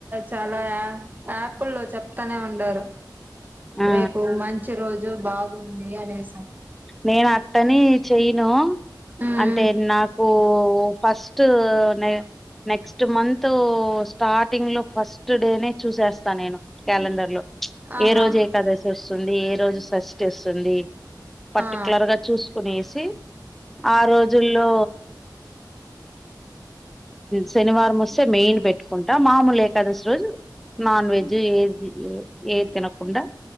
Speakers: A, on the right; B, in the centre.
A: చాలా యాపుల్లో చెప్తానే ఉండారు
B: ఆ
A: రేపు మంచి రోజు బాగుంది అనేసి
B: నేను అత్తని చెయను
A: ఉమ్
B: అంటే నాకు ఫస్ట్ ఫస్ట్ ను నెక్స్ట్ మంత్ స్టార్టింగ్ లో ఫస్ట్ డేనే చూసేస్తా నేను క్యాలెండర్ లో
A: ఆహా
B: ఏ రోజు ఏకాదశి వస్తుంది ఏ రోజు షష్టి వస్తుంది పటికలేరుగా
A: ఆ
B: గా చూసుకునేసి ఆ రోజుల్లో శనివారం వస్తే మెయియని పెట్టుకుంటా మామూలు ఏకాదశి రోజు నాన్ వెజ్ ఏ ఏ తినకుండా